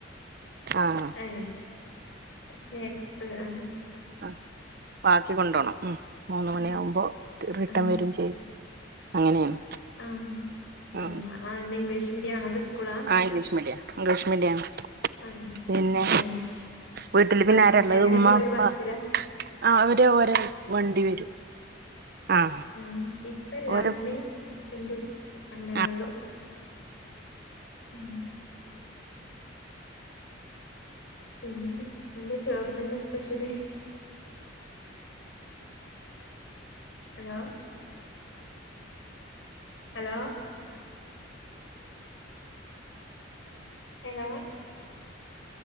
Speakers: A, on the right; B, on the left.
A: ആഹ്
B: ഏ സ്നാക്സ് ആ
A: ആ ബാക്കി കൊണ്ടോണം ഉ മൂന്ന് മണി
B: ഉം
A: ആകുമ്പോ റിട്ടേൺ
B: ആഹ്
A: വരും ചെയ്യും. അങ്ങനെയാണ്.
B: ആഹ്
A: ഉം
B: ആഹ് എന്താ ഇംഗ്ലീഷ് മീഡിയം ആണോ അങ്ങൻത്തെ സ്കൂളാ
A: ആഹ് ഇംഗ്ലീഷ് മീഡിയം ഇംഗ്ലീഷ് മീഡിയം ആണ്
B: ആഹ്
A: ഇല്ല
B: ഏഹ്
A: വീട്ടില് പിന്നെ
B: ബസ്
A: ആരാള്ളത്
B: എങ്ങനെ
A: ഉമ്മ
B: പോവല്
A: ഉപ്പ
B: ബസ്സിലാ
A: ആഹ് അവര് ഒരു വണ്ടി വരും ആഹ്
B: ഉം ഇപ്പയില്ല
A: ഓര്
B: ഇമ്മയും ഹസ്ബന്റും ഞങ്ങളന്നെ
A: ആഹ്
B: ഉള്ളൂ ഉം പിന്നെ എന്നാ ഇന്നെന്താ ചോറിന് എന്താ special hello hello hello